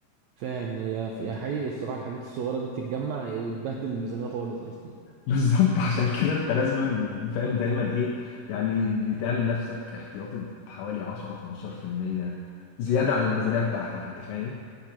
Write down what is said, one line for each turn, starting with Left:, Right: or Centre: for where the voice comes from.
Right: فاهم هي هي حقيقي الصراحه الحاجات الصغيره دي بتتجمع وتبهدل الميزانيه خالص اصلا
Left: بالظبط عشان كده انت لازما فاهم دايما ايه يعني تعمل نفسك احتياطي بحوالي 10 15% زياده عن الميزانيه بتاعتك انت فاهم